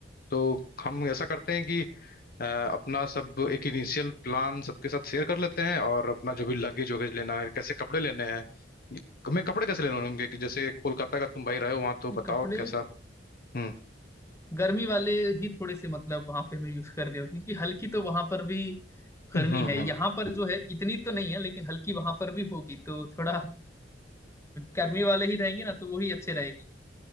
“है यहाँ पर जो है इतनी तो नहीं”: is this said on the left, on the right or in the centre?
Left